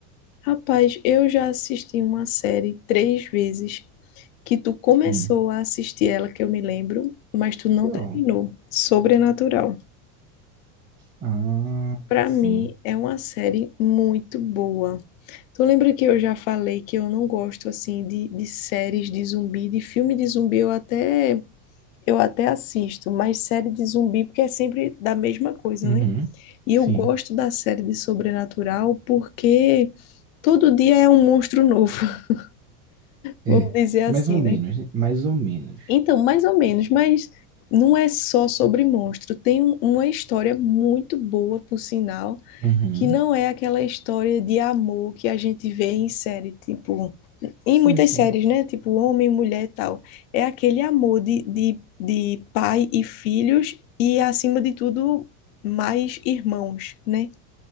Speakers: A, on the left; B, on the right.
A: Rapaz, eu já assisti uma série três vezes que tu começou
B: Hum.
A: a assistir ela, que eu me lembro, mas tu não
B: Qual?
A: terminou. Sobrenatural.
B: Ah,
A: Pra
B: sim.
A: mim, é uma série muito boa. Tu lembra que eu já falei que eu não gosto, assim, de, de séries de zumbi, de filme de zumbi, eu até, eu até assisto, mas série de zumbi, porque é sempre da mesma coisa,
B: Uhum.
A: né? E
B: Sim.
A: eu gosto da série de Sobrenatural porque todo dia é um monstro novo, <laughs> vamos
B: É.
A: dizer assim,
B: Mais ou menos,
A: né?
B: né? Mais ou menos.
A: Então, mais ou menos, mas não é só sobre monstro. Tem um- uma história muito boa, por sinal,
B: Uhum.
A: que não é aquela história de amor que a gente vê em série, tipo, em
B: Sim,
A: muitas
B: sim.
A: séries, né? Tipo, homem, mulher e tal. É aquele amor de, de, de pai e filhos e, acima de tudo, mais irmãos, né?